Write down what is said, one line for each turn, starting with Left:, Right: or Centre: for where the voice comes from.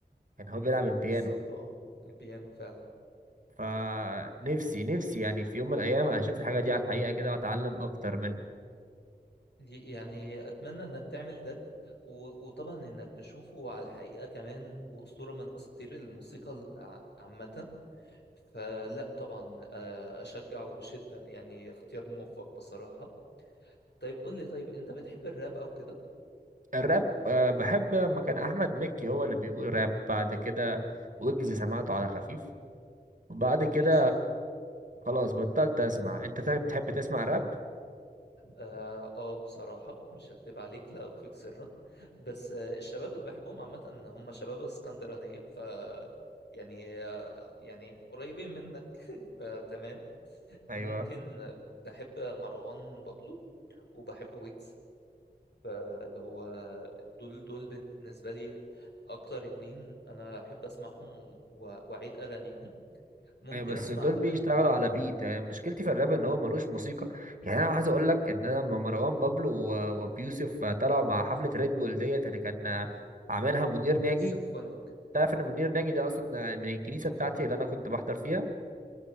Right: يعني هو بيلعب البيانو
Left: بالظبط اه البيانو فعلا
Right: فنفسي نفسي يعني في يوم من الايام اشوف الحاجة دي على الحقيقة كده واتعلم اكتر منه
Left: دي- يعني اتمنى انك تعمل ده و- وطبعا انك تشوفه على الحقيقه كمان واسطوره من اساطير الموسيقى الع- عامه فلا طبعا آه، اشجعه بشده يعني اختيار موفق بصراحه طيب قول لي طيب انت بتحب الراب او كده
Right: الراب آه، بحب لما كان احمد مكي هو اللي بيقول راب بعد كده ويجز سمعته على خفيف وبعد كده
Left: ماشي
Right: خلاص بطلت اسمع انت تا- بتحب تسمع راب
Left: اه آه، بصراحه مش هكدب عليك لا اخفيك سرا بس آه، الشباب اللي بحبهم عامه هم شباب اسكندرانيه ف يعني آه، يعني قريبين منك <laughs> فتمام
Right: ايوه
Left: ممكن بحب مروان بابلو وبحب ويجز فاللي هو دول دول بالنسبة لي أكتر اتنين أنا أحب أسمعهم و- وأعيد أغانيهم ممكن
Right: ايوه بس
Left: أسمع
Right: دول
Left: كمان
Right: بيشتغلوا على بيت يعني مشكلتي في الراب ان هو ملوش موسيقى يعني انا عايز اقول لك ان انا لما مروان بابلو و- وابيوسف طلعوا مع حفله ريد بول ديت اللي كان عاملها منير ناجي
Left: سيمفونيك
Right: تعرف ان منير ناجي ده اصلا من الكنيسه بتاعتي اللي انا كنت بحضر فيها